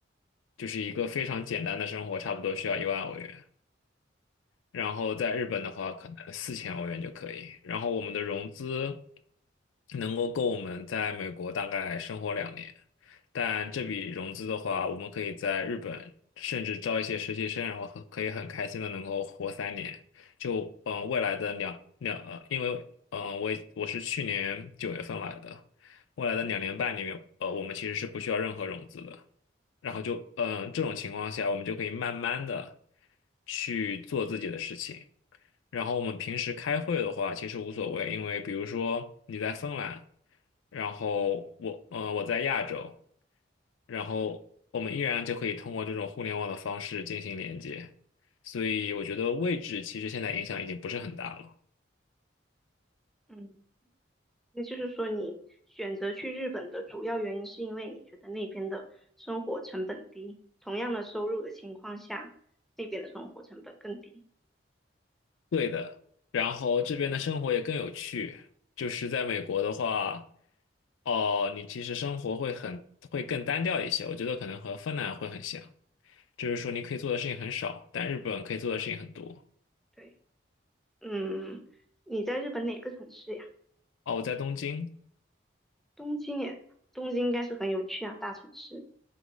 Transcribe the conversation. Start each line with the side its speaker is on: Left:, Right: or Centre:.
Left: 就是一个非常简单的生活，差不多需要一万欧元。然后在日本的话，可能四千欧元就可以。然后我们的融资能够够我们在美国大概生活两年，但这笔融资的话，我们可以在日本甚至招一些实习生，然后很可以很开心的能够活三年。就嗯、呃未来的两两呃，因为嗯、呃我我是去年九月份来的，未来的两年半里面，呃，我们其实是不需要任何融资的。然后就嗯、呃这种情况下，我们就可以慢慢的去做自己的事情。然后我们平时开会的话，其实无所谓，因为比如说你在芬兰，然后我嗯、呃我在亚洲，然后我们依然就可以通过这种互联网的方式进行连接。所以我觉得位置其实现在影响已经不是很大了。
Centre: 嗯。那就是说，你选择去日本的主要原因是因为你觉得那边的生活成本低，同样的收入的情况下，那边的生活成本更低。
Left: 对的，然后这边的生活也更有趣。就是在美国的话，哦，你其实生活会很会更单调一些，我觉得可能和芬兰会很像，就是说你可以做的事情很少，但日本可以做的事情很多。
Centre: 对，嗯，你在日本哪个城市呀？
Left: 哦，我在东京，
Centre: 东京耶，东京应该是很有趣啊，大城市。